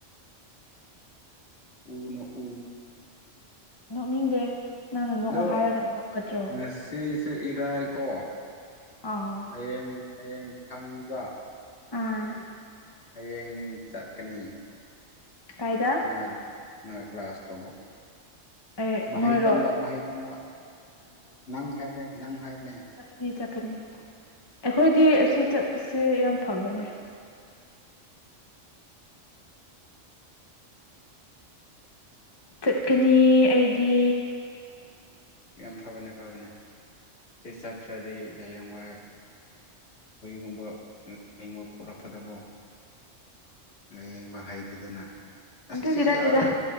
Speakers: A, on the left; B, on the left.
A: ꯅꯣꯛꯎ ꯅꯣꯛꯎ
B: ꯅꯣꯛꯅꯤꯡꯗꯦ ꯅꯪꯅ ꯅꯣꯛꯑꯣ
A: ꯗꯣ
B: ꯍꯥꯏꯔꯒ ꯅꯣꯛꯀꯗ꯭ꯔꯣ
A: ꯉꯁꯤꯁ ꯏꯔꯥꯏ ꯀꯣ
B: ꯑꯥ
A: ꯍꯌꯦꯡ ꯍꯌꯦꯡ ꯊꯥꯡꯖꯥ
B: ꯑꯥ
A: ꯍꯌꯦꯡ ꯆꯠꯀꯅꯤ
B: ꯀꯥꯏꯗ
A: ꯅꯣꯏ ꯅꯣꯏ ꯀ꯭ꯂꯥꯁ ꯇꯧꯕꯣ
B: ꯑꯦ
A: ꯃꯍꯩ
B: ꯅꯣꯏꯔꯣ
A: ꯇꯝꯕ ꯃꯍꯩ ꯇꯝꯕ ꯅꯪ ꯍꯥꯏꯕꯅꯦ ꯅꯪ ꯍꯥꯏꯕꯅꯦ
B: ꯀꯔꯤ ꯆꯠꯀꯅꯤ ꯑꯩꯈꯣꯏꯗꯤ ꯑꯁꯤ ꯆꯠꯄꯁꯦ ꯌꯥꯝ ꯐꯕꯅꯦ ꯆꯠꯀꯅꯤ ꯑꯩꯗꯤ
A: ꯌꯥꯝ ꯐꯕꯅꯦ ꯐꯕꯅꯦ ꯁꯤ ꯆꯠꯇ꯭ꯔꯗꯤ ꯍꯌꯦꯡꯋꯥꯏ ꯀꯔꯤꯒꯨꯝꯕ ꯂꯦꯡꯕ ꯄꯔꯛꯄꯗꯀꯣ ꯂꯥꯏꯌꯦꯡꯕ ꯍꯩꯇꯗꯅ
B: ꯑꯗꯨꯒꯤ
A: ꯑꯁ ꯁꯤ
B: ꯅꯠꯇꯦꯗ
A: ꯌꯥꯔꯣꯏ